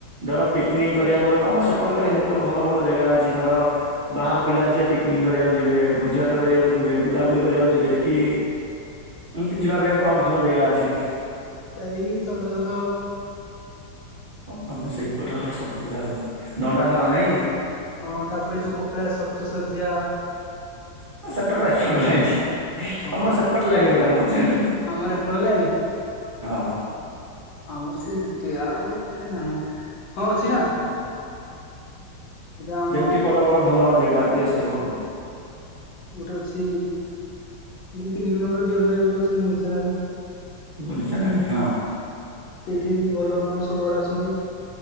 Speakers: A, on the right; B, on the left.
A: ଧର ପିକ୍ନିକ୍ କରିବାକୁ ଗଲେ ତମ ସେପଟେ ଲାଇନ୍ ରେ କଉଠି ଭଲ ଭଲ ଜାଗା ଅଛି ଧର ବା ହାର ପିଲା ଯିଏ ପିକ୍ନିକ୍ କରିବାକୁ ଯିବେ ଭୋଜିଭାତ କରିବାକୁ ଯିବେ ବୁଲାବୁଲି କରିବାକୁ ଯିବେ କି ଏମିତି ଯିବା ପାଇଁ କଣ ଭଲ ଜେଗା ଅଛି।
B: ସେଇ ଦଣ୍ଡଧର
A: ହଁ ତମେ ସେଇପଟେ ଖାଲି ସବୁ ଗୁରା ଦଣ୍ଡାଧାର ନାଇଁ କି।
B: ହଁ, ତାପରେ ଯୋଉ କପିଳାସ ସପ୍ତ ଶଯ୍ୟା
A: ହଁ ସେଟାତ ଏପଟେ ଲାଇନ୍।
B: ହଁ
A: ତମର ସେପଟେ ଲାଇନ୍ କଥା ମୁଁ ପଚାରିଲି
B: ଆମର ଏପଟ ଲାଇନି
A: ହଁ।
B: ଆମର ସେଇ ଗୋଟିଏ ଆଉ ଏତେ ନାହିଁ ହଁ ଅଛି ନା।
A: ଓ
B: ଏଟା ଆମ
A: ଯେମିତି ବଡ଼ ବଡ଼ ଭଲ ଜେଗା ପ୍ଲେସ ଥିବ।
B: ଗୋଟେ ଅଛି ଦି ତିନି କିଲୋମିଟର ଦୂରରେ ଗୋଟେ ଅଛି ଗୁଣ୍ଡିଚିନାଳି।
A: ଗୁଣ୍ଡିଚାନାଳୀ ହଁ।
B: ସେଇଠି ବି ଭଲ ମାନେ ସବୁଆଡ଼େ ଆସନ୍ତି